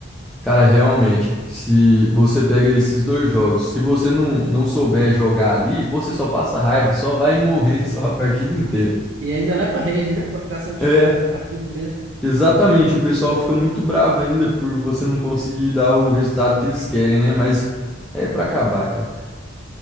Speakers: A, in the centre; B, on the right.
A: Cara, realmente, se você pega esses dois jogos, se você não, não souber jogar ali, você só passa raiva, só vai morrer <laughs> só a partida inteira.
B: E ainda leva rage, né? Pra ficar sendo
A: É.
B: xingado a partida inteira.
A: Exatamente, o pessoal fica muito bravo ainda por você não conseguir dar o resultado que eles querem, né? Mas é pra acabar, cara.